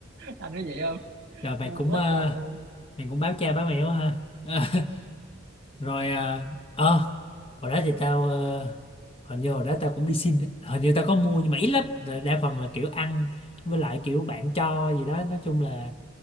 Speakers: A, on the right; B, on the left.
A: anh nói vậy không
B: rồi mày
A: ngu
B: cũng
A: quá
B: ờ,
A: trời luôn
B: mày cũng báo cha báo mẹ quá ha Ờ. rồi à, ờ, hồi đó thì tao ờ, hình như hồi đó tao cũng đi xin á. hình như tao có mua nhưng mà ít lắm Rồi đa phần là kiểu ăn với lại kiểu bạn cho gì đó nói chung là